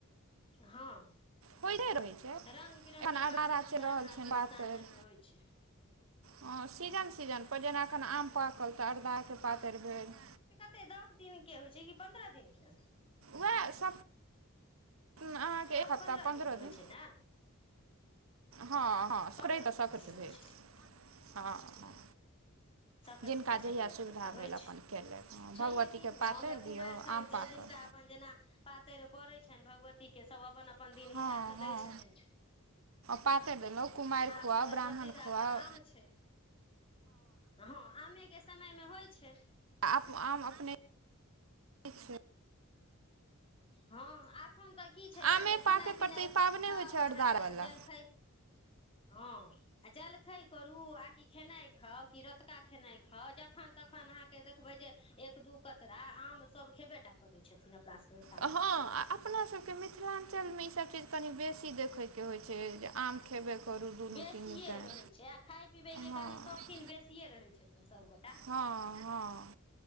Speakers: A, on the left (about 25°); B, on the right (about 75°).
A: हँ
B: होइतै रहै छै एखेन
A: रंग बिरंग के
B: अरदारा
A: पाबनि तिहार
B: चलि रहल
A: अपना सबके
B: छैन पातैर
A: मिथिलाञ्चल मे होइ छै
B: हँ सीजन-सीजनपर जेना एखन आम पाकल तऽ अरदाके पातरि भेल
A: कतै दस दिन के होए छै कि पन्द्रह दिन के
B: वैह स अहाँके
A: दस
B: एक हफ्ता
A: पन्द्रह
B: पन्द्र
A: के होइ
B: दिन
A: छै ने
B: हँ हँ
A: पन्द्रह
B: सकरैत तऽ
A: दिनके
B: सकरैत
A: होए
B: भेल
A: छै
B: हँ
A: ओ
B: हँ
A: संक्रांति
B: जिनका
A: से संक्रांति
B: जहिया सुविधा
A: तक के होए
B: भेल
A: छै
B: अपन केलथि हँ
A: छइहै
B: भगवतीके
A: की हमें
B: पातरि
A: में कुमारि
B: दियौ
A: सब
B: आम
A: जे
B: पाकल
A: जिनका अपन जेना पातरि परै छनि भगवती के सब अपन-अपन अपन दिन
B: हँ
A: हिसाबसँ
B: हँ
A: दै छथिन
B: पातरि देलहुँ कुमारि
A: आ
B: खुआउ
A: अखन तऽ
B: ब्राह्मण
A: प्रसिद्ध
B: खुआउ
A: अपन आम छै हँ आमेके समयमे होय छै
B: आब आम अपने ठीक छै।
A: हँ एखन तऽ की छै ने,
B: आमे
A: जे
B: पाकय
A: खेनाइ- पिनाइ
B: पर तऽ ई पाबनि
A: खाउ
B: होइ छै अरदारावला
A: अहाँके जलखै हँ आ जलखै करू आ कि खेनाइ खाउ कि र रोतका खेनाइ खाउ, जखन तखन अहाँके देखबै जे एक दू कतरा आम सब खेबे टा करै छथिन अपना सभके मि
B: हँ आ अपना सबके मिथिलाञ्चलमे ई सब चीज कनि बेसी देखैके होइ छै, जे आम खेबे करू। दुनू
A: बेसिये
B: तीनू टाइम
A: रहै छै, आ खााय- पीबे के
B: हँ
A: कनि शौखिन बेसिये रहे छथिन सबगोटा।
B: हँ हँ